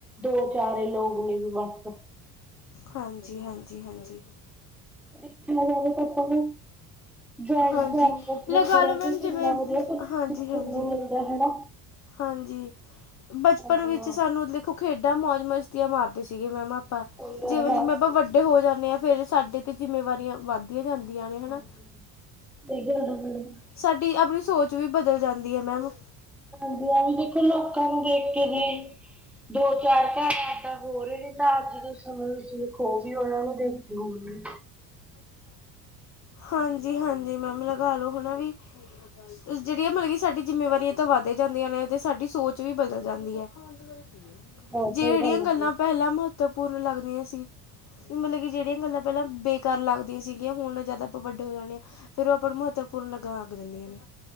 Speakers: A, in the centre; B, on the left.
A: ਦੋ ਚਾਰੇ ਲੋਕ ਨੇ ਵੀ ਬਸ
B: ਹਾਂਜੀ, ਹਾਂਜੀ, ਹਾਂਜੀ।
A: ਦੇਖਿਆ ਜਾਵੇ ਤਾਂ ਪਲੋਂ ਜੁਆਇੰਟ
B: ਹਾਂਜੀ
A: ਫੈਮਲੀਆਂ ਵਿੱਚ
B: ਲਗਾ
A: ਵੇਖੋ
B: ਲਓ
A: ਰਹਿ
B: ਮੈਮ
A: ਕੇ
B: ਜਿਵੇਂ
A: ਕਿੰਨਾ ਵਧੀਆ ਕੁੱਛ
B: ਹਾਂਜੀ
A: ਸਿੱਖਣ
B: ਹਾਂਜੀ
A: ਨੂੰ ਮਿਲ ਵੈਹੇ ਨਾ
B: ਹਾਂਜੀ ਬਚਪਨ
A: ਹਾਂਜੀ
B: ਵਿੱਚ
A: ਹਾਂ
B: ਸਾਨੂੰ ਦੇਖੋ ਖੇਡਾਂ ਮੌਜ ਮਸਤੀਆਂ ਮਾਰਦੇ ਸੀਗੇ ਮੈਮ ਅ ਆਪਾਂ
A: ਸਹੀ ਗੱਲ
B: ਜਿਵੇਂ-ਜਿਵੇਂ
A: ਆ
B: ਆਪਾਂ
A: ਸਹੀ
B: ਵੱਡੇ ਹੋ ਜਾਂਦੇ ਹਾਂ ਫਿਰ ਸਾਡੇ ਤੇ ਜਿੰਮੇਵਾਰੀਆਂ ਵੱਧਦੀਆਂ ਜਾਂਦੀਆਂ ਨੇ।
A: <inaudible>
B: ਹਨਾ। ਸਾਡੀ ਆਪਣੀ ਸੋਚ ਵੀ ਬਦਲ ਜਾਂਦੀ ਏ ਮੈਮ
A: ਹਾਂਜੀ ਹੀ ਵੀ ਦੇਖੋ ਲੋਕਾਂ ਨੂੰ ਦੇਖ ਕੇ ਜੇ ਦੋ ਚਾਰ ਘੰਟਿਆ ਬੋਲ ਹੀ ਨਈ ਸਕਦੀ। ਦੇਖੋ ਵੀ ਉਹਨਾਂ ਨੂੰ ਦੇਤੀ ਹੋਣੀ।
B: ਹਾਂਜੀ-ਹਾਂਜੀ ਮੈਮ ਲੱਗਾ ਲੋ ਹਨਾ ਵੀ ਜੇੜੀਆਂ ਮਤਲਬ ਕਿ ਸਾਡੀ ਜਿੰਮੇਵਾਰੀਆਂ ਤਾਂ ਵੱਧ ਜਾਂਦੀਆਂ ਨੇ ਤੇ ਸਾਡੀ ਸੋਚ ਵੀ ਬਦਲ ਜਾਂਦੀ ਐ। ਆਉਂਦੀ ਵਾਰੀ
A: ਬਹੁਤ
B: ਜੇੜੀਆਂ
A: ਸਹੀ ਗੱਲ ਆ
B: ਗੱਲਾਂ
A: ਬਾਈ।
B: ਪੈਲਾਂ ਮਹੱਤਵਪੂਰਨ ਲੱਗਦੀਆਂ ਸੀ ਮਤਲਬ ਕਿ ਜੇੜੀਆਂ ਗੱਲਾਂ ਪੈਲਾਂ ਬੇਕਾਰ ਲੱਗਦੀਆਂ ਸੀਗੀਆਂ ਹੁਣ ਜਾਦਾ ਆਪਾਂ ਵੱਡੇ ਹੋ ਜਾਣੇ ਆ ਫਿਰ ਉਹ ਆਪਾਂ ਮਹੱਤਵਪੂਰਨ ਲੱਗਾਂ ਗਾ ਕਰਾਂਦੀਆਂ ਨੇ।